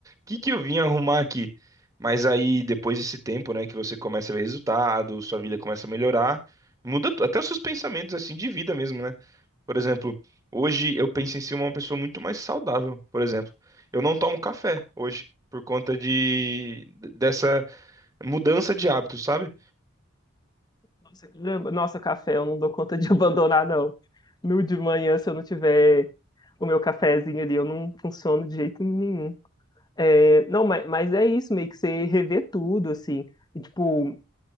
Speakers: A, on the right; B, on the left.
A: que que eu vim arrumar aqui? Mas aí, depois desse tempo, né, que você começa a ver resultado, sua vida começa a melhorar, muda tu- até os seus pensamentos, assim, de vida mesmo, né? Por exemplo, hoje eu penso em ser uma pessoa muito mais saudável, por exemplo. Eu não tomo café hoje, por conta de, dessa mudança de hábito, sabe?
B: Nossa, caramba, nossa, café, eu não dou conta de <laughs> abandonar, não. No de manhã, se eu não tiver o meu cafezinho ali, eu não funciono de jeito nenhum. É, não, mas, mas é isso, meio que você rever tudo, assim. E, tipo,